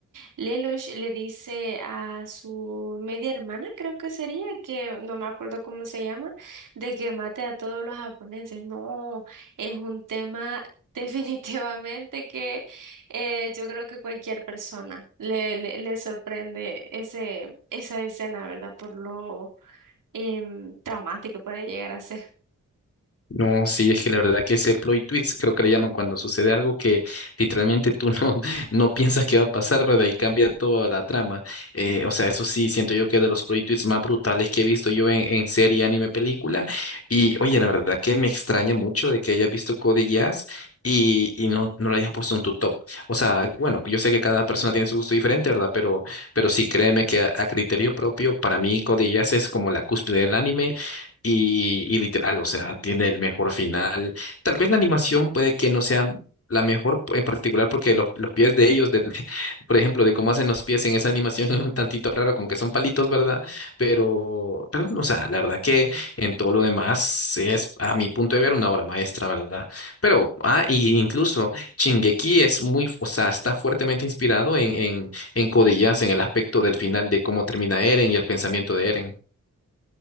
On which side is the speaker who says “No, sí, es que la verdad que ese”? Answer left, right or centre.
Left